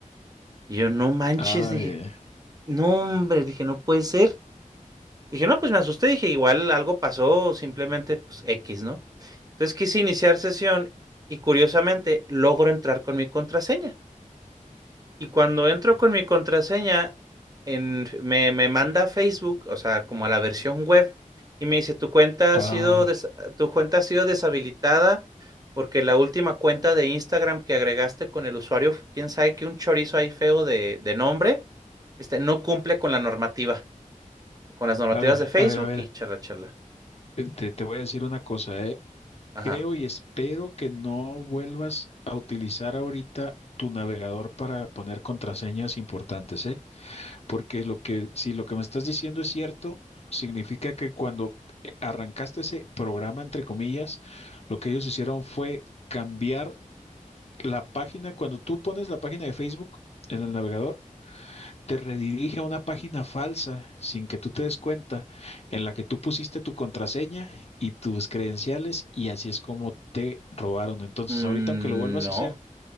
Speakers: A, on the right; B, on the left.
A: Y yo, no manches,
B: Ay,
A: dije,
B: eh,
A: no hombre, dije, no puede ser. Dije, no, pues me asusté, dije, igual algo pasó, simplemente pues X, ¿no? Entonces quise iniciar sesión y curiosamente logro entrar con mi contraseña. Y cuando entro con mi contraseña, en, me, me manda a Facebook, o sea, como a la versión web, y me dice, tu cuenta
B: ah,
A: ha sido des- tu cuenta ha sido deshabilitada porque la última cuenta de Instagram que agregaste con el usuario, quién sabe que un chorizo ahí feo de, de nombre, este, no cumple con la normativa, con las normativas
B: a ver,
A: de Facebook
B: a ver, a ver,
A: y charla, charla.
B: eh, te, te voy a decir una cosa, eh.
A: Ajá.
B: Creo y espero que no vuelvas a utilizar ahorita tu navegador para poner contraseñas importantes, ¿eh? Porque lo que, si lo que me estás diciendo es cierto, significa que cuando eh, arrancaste ese programa, entre comillas, lo que ellos hicieron fue cambiar la página. Cuando tú pones la página de Facebook en el navegador, te redirige a una página falsa sin que tú te des cuenta, en la que tú pusiste tu contraseña y tus credenciales y así es como te robaron. Entonces,
A: Mm,
B: ahorita aunque lo vuelvas
A: no.
B: a hacer,